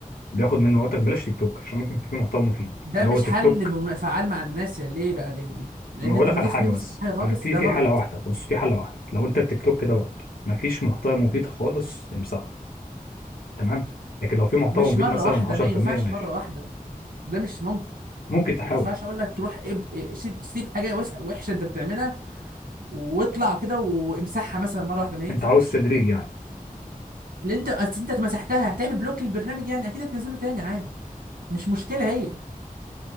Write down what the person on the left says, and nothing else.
بياخد منه وقتك بلاش تيك توك عشان ممكن في محتوى مفيد
لو
التيك
توك
ما هقول
لك
على
حاجه
بس
انا في
في
حاله واحده بص في حاله واحده لو انت التيك توك دوت ما فيش محتوى مفيد خالص امسحه تمام لكن لو في محتوى
مفيد
مثلا
10%
ماشي
ممكن تحاول
انت عاوز تدريج
يعني